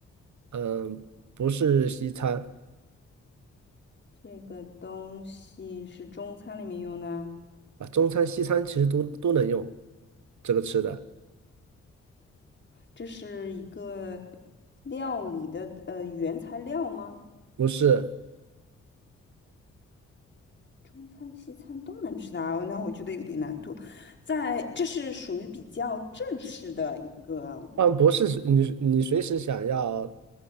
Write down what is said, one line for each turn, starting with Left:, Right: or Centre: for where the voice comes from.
Right: 嗯，不是西餐
Left: 这个东西是中餐里面用的？
Right: 啊，中餐、西餐其实都都能用这个吃的，
Left: 这是一个料理的呃原材料吗？
Right: 不是，
Left: 中餐、西餐都能吃的啊，那我觉得有点难度。在，这是属于比较正式的一个，
Right: 嗯，不是你你随时想要